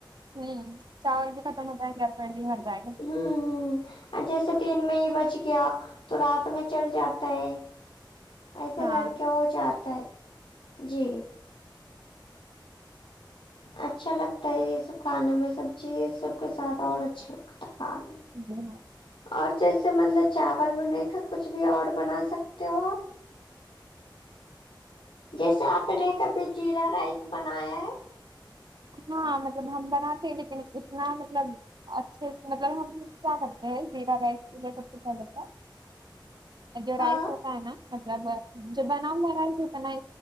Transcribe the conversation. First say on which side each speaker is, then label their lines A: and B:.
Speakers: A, on the right; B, on the left.
A: ہمم چاول بھی ختم ہوجائیں گے اور پیٹ بھی بھر جائے گا
B: ہمم ہمم جیسے دن میں ہی بچ گیا تو رات میں چل جاتا ہے ایسا
A: ہاں
B: کرکے ہوجاتا ہے جی اچھا لگتا ہے یے سب کھانے میں سب چیز سب کے ساتھ اور اچھا لگتا ہے کھانا
A: جی ہاں
B: اور جیسے مطلب چاول بنے کا کچھ بھی اور بنا سکتے ہو آپ جیسے آپ نے کبھی جیرا رائس بنایا ہے
A: ہاں مطلب ہم بناتے ہیں لیکن اتنا مطلب اچھے سے مطلب ہم کیا کرتے ہیں زیرا رائس کے لیے سب سے پہلے تو جو
B: ہاں
A: رائس
B: ہ
A: ہوتا ہے نا مطلب جو بنا ہوا رائس ہوتا نا